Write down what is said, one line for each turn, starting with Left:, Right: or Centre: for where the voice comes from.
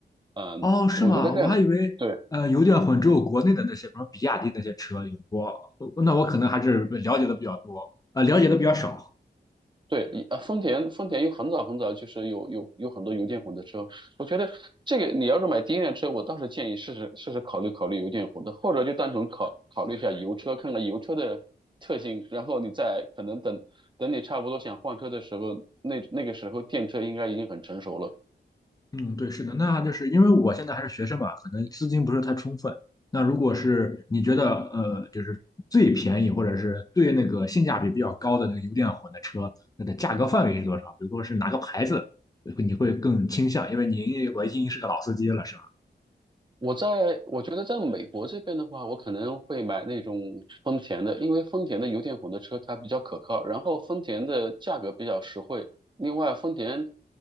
Right: 嗯，
Left: 哦，是吗？
Right: 我觉得这样的。
Left: 我还以为呃油电混只有国内的那些，
Right: 对。
Left: 比如比亚迪那些车有过，我那我可能还是了解的比较多，呃，了解的比较少。
Right: 对，呃，丰田丰田又很早很早就是有有有很多油电混的车，我觉得这个你要是买第一辆车，我倒是建议试试试试考虑考虑油电混的，或者就单纯考考虑一下油车，看看油车的特性，然后你再可能等等你差不多想换车的时候，那那个时候电车应该已经很成熟了。
Left: 嗯，对，是的，那就是因为我现在还是学生嘛，可能资金不是太充分。那如果是你觉得呃，就是最便宜或者是最那个性价比比较高的那个油电混的车，那的价格范围是多少？比如说是哪个牌子，你会更倾向？因为您我已经是个老司机了，是吧？
Right: 我在我觉得在美国这边的话，我可能会买那种丰田的，因为丰田的油电混的车它比较可靠，然后丰田的价格比较实惠。另外，丰田